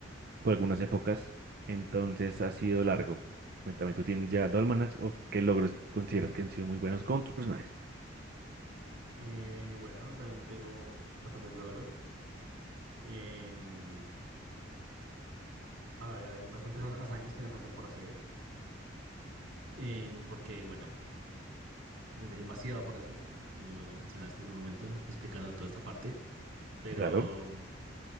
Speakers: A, on the right (about 50°); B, on the right (about 90°).
A: por algunas épocas. Entonces ha sido largo. Cuéntame, ¿tú tienes ya Dolmanax o qué logros consideras que han sido muy buenos con tus personajes?
B: Eh, bueno, también tengo bastantes logros. Em, a ver, hay bastantes ha- hazañas que me faltan por hacer. Em, porque, bueno, hay demasiado por hacer, como tú me lo mencionaste en un momento, explicando toda esta parte. Pero
A: Claro,